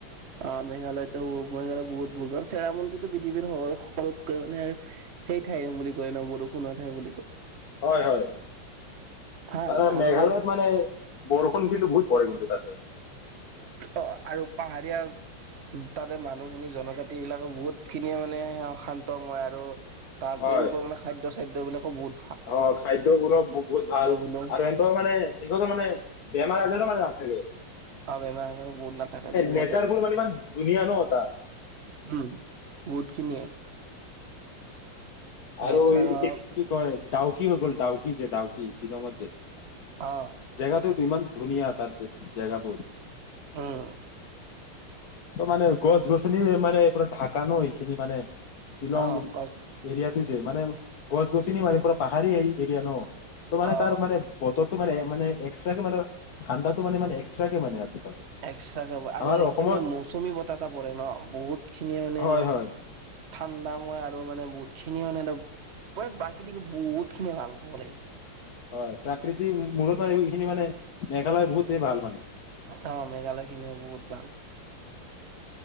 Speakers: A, on the right; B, on the left.
A: অ মেঘালয়তো মেঘালয় বহুত ভ আৰু চেৰাপুঞ্জিতো পৃথিৱীৰ তলতকৈ মানে সেই ঠাই বুলি কয় ন বৰষুণৰ ঠাই বুলি কয়
B: হয় হয়
A: ভাল
B: তাৰ
A: আৰু
B: মেঘালয়ত মানে বৰষুণ কিন্তু বহুত পৰে কিন্তু তাকে
A: অ আৰু পাহাৰীয়া তাৰে মানুহখিনি জনজাতি বিলাকে বহুত খিনিয়ি মানে শান্তময় আৰু তাৰ
B: হয়
A: তেওঁলোকৰ মানে খাদ্য চাদ্যবিলাক স'বুত
B: অ খাদ্য বোৰো বহুত ভাল
A: বোলো
B: আৰু এনেৱৰ মানে সেই মানে বেমাৰ আজাৰো মানে আ
A: <unintelligible>
B: নেচাৰ বোৰ মানে ইমান ধুনীয়া ন তাত
A: বহুত খিনি নেচাৰ
B: আৰু
A: হওক
B: কি কয় ডাউকি হৈ গ'ল ডাউকি যে ডাউকি শ্বিলঙত
A: অ
B: জেগাটো ইমান ধুনীয়া তাত জেগাবোৰ
A: উম।
B: চব মানে গছ গছনি মানে এইৰা ঢাকা ন এইখিনি মানে। শ্বিলং
A: অ গছ
B: এৰিয়াটো যে মানে গছ-গছনিৰ মাৰ প পাহৰি এৰিয়া ন? তোমাৰ
A: অ
B: তাৰ মানে বতৰ টো মানে মানে এক্সট্ৰাকে মানে ধান্দা টো মানে মানে এক্সট্ৰাকে মানে আছে। তাৰ
A: এক্সটাকে কাপ আৰু
B: আমাৰ অসমত
A: ইপিনে মৌজ চুমি বতাহ এটা পৰে ন, বহুত খিনিয়ে মানে
B: হয়
A: অলপ
B: হয়
A: ঠাণ্ডা ময় আৰু মানে মানে বহুত খিনি মানে অলপ মানে প্ৰাকৃতিক বহুত খিনিয়ে ভাল ক'ব লাগিব।
B: হয় প্ৰাকৃতিৰ মূলত মানে এইখিনি মানে মেঘালয় বহুতেই ভাল মানে।
A: অ' মেঘালয় খিনিও বহুত ভাল।